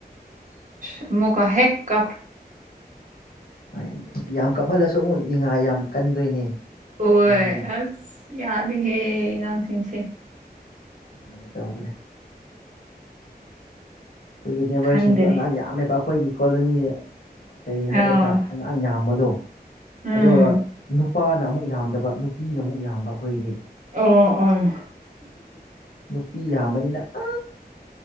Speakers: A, on the right; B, on the left.
A: ꯑꯁ ꯑꯃꯨꯛꯀ ꯍꯦꯛ ꯀꯞ
B: ꯍꯥꯏ ꯌꯥꯝ ꯀꯞꯍꯜꯂꯁꯨ ꯑꯃꯨꯛ ꯅꯤꯡꯉꯥꯏ ꯌꯥꯝ ꯀꯟꯗꯣꯏꯅꯦ
A: ꯍꯣꯏ
B: ꯑꯉꯥꯡꯗꯤ
A: ꯌꯥꯗꯦꯍꯦ ꯑꯉꯥꯡꯁꯤꯡꯁꯦ
B: ꯑꯗꯨꯃꯥꯏꯅ ꯇꯧꯕꯅꯦ ꯑꯩꯈꯣꯏꯒꯤ ꯅꯦꯕꯔꯁꯤꯡꯁꯨ
A: ꯈꯪꯗꯔꯦ
B: ꯑꯉꯥꯡ ꯌꯥꯝꯃꯦꯕ ꯑꯩꯈꯣꯏꯒꯤ ꯀꯣꯂꯣꯅꯤ ꯀꯔꯤ ꯍꯥꯏꯒꯗ꯭ꯔꯥ
A: ꯑꯥ
B: ꯑꯉꯥꯡ ꯌꯥꯝꯕꯗꯣ
A: ꯎꯝ
B: ꯑꯗꯣ ꯅꯨꯄꯥꯅ ꯑꯃꯨꯛ ꯌꯥꯝꯗꯕ ꯅꯨꯄꯤꯅ ꯑꯃꯨꯛ ꯌꯥꯝꯕ ꯑꯩꯈꯣꯏꯒꯤꯗꯤ
A: ꯑꯣ ꯑꯣꯏ
B: ꯅꯨꯄꯤ ꯌꯥꯝꯕꯅꯤꯅ ꯑꯥ